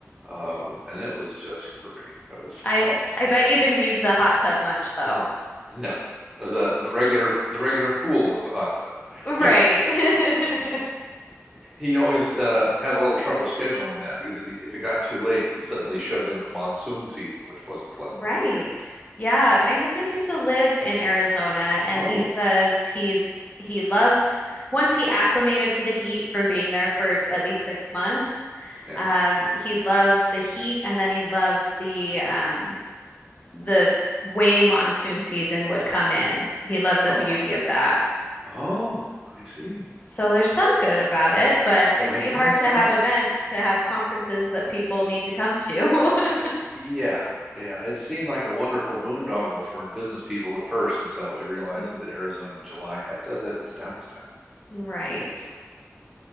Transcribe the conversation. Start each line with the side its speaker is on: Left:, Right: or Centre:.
Centre: uh, and it was just great. That was
Left: I
Centre: <laughs> awesome.
Left: bet you didn't use the hot tub much though. <laughs>
Centre: No, the the regular the regular pool was the hot tub. <laughs>
Left: Right.
Centre: It was
Left: <laughs>
Centre: He always uh, had a little trouble scheduling that because if he, if it got too late, he suddenly shoved into monsoon season, which wasn't pleasant
Left: Right.
Centre: either.
Left: Yeah, my husband used to live in Arizona and
Centre: Oh,
Left: he says he he loved once he acclimated to the heat from being there for at least six months.
Centre: yeah.
Left: Um, he loved the heat and then he loved the um the way monsoon season would come in. He loved the
Centre: Oh,
Left: beauty of that.
Centre: oh, I see.
Left: So there's some good about it, but it
Centre: I
Left: would be
Centre: guess
Left: hard to
Centre: so.
Left: have events, to have conferences that people need to come to. <laughs>
Centre: Yeah, yeah. It seemed like a wonderful boondoggle for business people at first until we realized
Left: Mhm.
Centre: that Arizona in July had, does have its downside.
Left: Right.